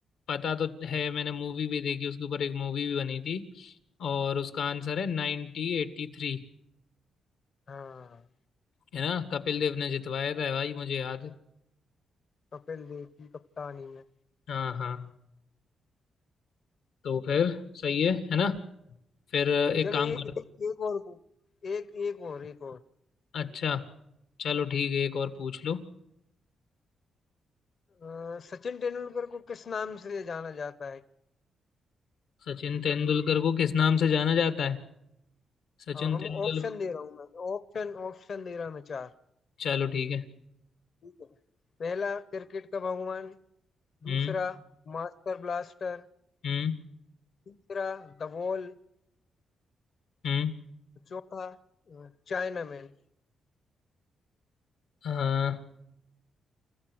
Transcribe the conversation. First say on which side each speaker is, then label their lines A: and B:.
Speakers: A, on the left; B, on the left.
A: पता तो है मैंने मूवी भी देखी उसके ऊपर एक मूवी भी बनी थी और उसका आंसर है नाइनटी एट्टी थ्री
B: हाँ
A: है ना कपिल देव ने जितवाया था भाई मुझे याद है
B: कपिल देव की कप्तानी में
A: हाँ हाँ तो फिर सही है है ना फिर एक
B: चलो
A: काम
B: ये एक,
A: कर
B: एक और पू- एक एक और एक और
A: अच्छा चलो ठीक है एक और पूछ लो
B: अ, सचिन तेंदुलकर को किस नाम से जाना जाता है
A: सचिन तेंदुलकर को किस नाम से जाना जाता है सचिन
B: अब हम
A: तेंदुलकर
B: ऑप्शन दे रहा हूँ मैं ऑप्शन ऑप्शन दे रहा हूँ मैं चार
A: चलो ठीक है
B: ठीक है पहला क्रिकेट का भगवान
A: हम्म
B: दूसरा मास्टर ब्लास्टर
A: हम्म
B: तीसरा द वॉल
A: हम्म
B: चौथा अ, चाइनामैन
A: हाँ